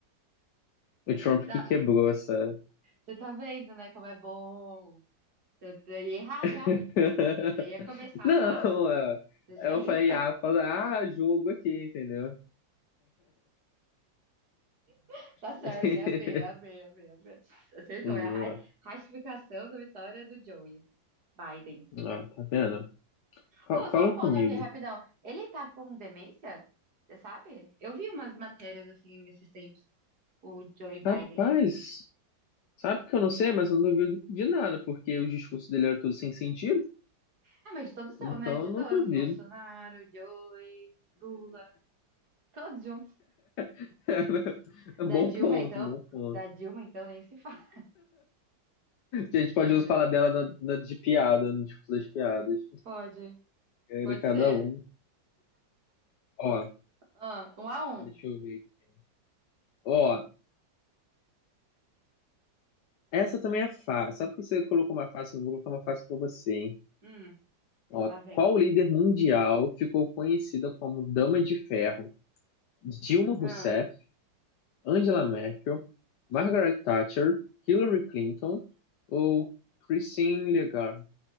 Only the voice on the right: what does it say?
tá-
você tá vendo, né, como é bom. Você você ia errar
já. Já ia começar
mal.
Você já
ia.
<laughs> Tá certo,
é a B, é a B, é a B, é a B. Acertou, é
a ra-
ratificação da vitória do Joey. Biden.
Oh,
só um ponto
aqui, rapidão. Ele tá com demência? Você sabe? Eu vi umas matérias assim nesses tempos. O Joe Biden.
Ah, mas de todos são,
né? De
todos.
Bolsonaro, Joe, Lula. Todos juntos.
Da
Dilma,
então.
Da Dilma, então, nem se fala.
Gênios.
Pode.
Pode
ser.
Ah, um a um.
Hum,
lá vem.
Ah,